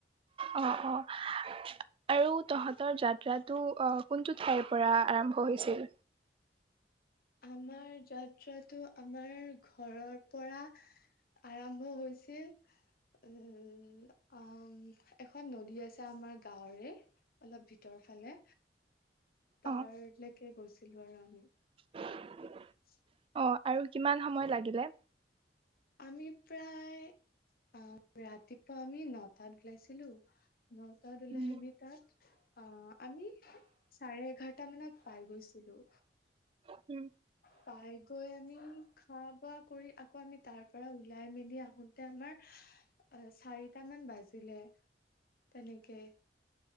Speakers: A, on the right; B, on the left.
A: অ', অ', আৰু তহঁতৰ যাত্ৰাটো অ' কোনটোত ঠাইৰ পৰা আৰম্ভ হৈছিল?
B: আমাৰ যাত্ৰাটো আমাৰ ঘৰৰ পৰা আৰম্ভ হৈছিল। উ, উ, উ, অ' এখন নদী আছে আমাৰ গাঁৱৰে অলপ ভিতৰ ফালে, তাৰ
A: অ',
B: লৈকে গৈছিলোঁ আৰু আমি।
A: <inaudible>
B: <inaudible>
A: অ', আৰু কিমান সময় লাগিলে?
B: আমি প্ৰায় আ, ৰাতিপুৱা আমি নটাত ওলাইছিলোঁ নটাত ওলাই
A: উম,
B: আমি তাত অ' আমি চাৰে এঘাৰটা মানত পাই গৈছিলোঁ।
A: উম।
B: পাই গৈ আমি খোৱা বোৱা কৰি আকৌ আমি তাৰ পৰা ওলাই মেলি আহোঁতে আমাৰ অ' চাৰিটামান বাজিলে তেনেকে।